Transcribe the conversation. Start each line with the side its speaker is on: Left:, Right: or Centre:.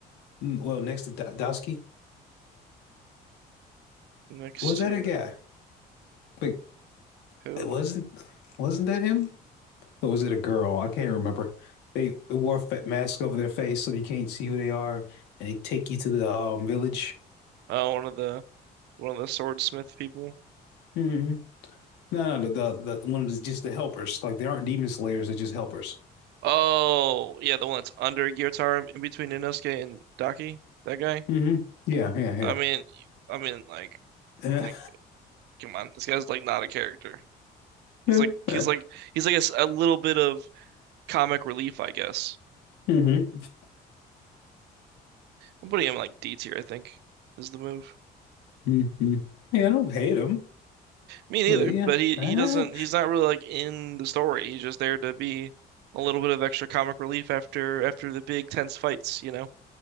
Left: Mm, Well, next to Dowski,
Right: next
Left: was that
Right: to
Left: a guy? Like,
Right: who?
Left: it wasn't wasn't that him? Or was it a girl? I can't remember. They, they wore fa masks over their face so they can't see who they are, and they take you to the um, village.
Right: Oh, one of the one of the swordsmith people.
Left: hmm No, no, the, the the one of the just the helpers. Like they aren't demon slayers; they're just helpers.
Right: Oh, yeah, the one that's under Gyotaro in between Inosuke and Daki. That guy.
Left: Mm-hmm. Yeah, yeah,
Right: I mean, I mean, like,
Left: yeah.
Right: like, come on, this guy's like not a character. He's
Left: <laughs>
Right: like, he's like, he's like a, s- a little bit of comic relief, I guess.
Left: Mm-hmm.
Right: I'm putting him like D tier, I think, is the move.
Left: hmm Yeah, I don't hate them,
Right: Me neither,
Left: but yeah.
Right: but he
Left: <laughs>
Right: he doesn't he's not really like in the story. He's just there to be a little bit of extra comic relief after after the big tense fights, you know.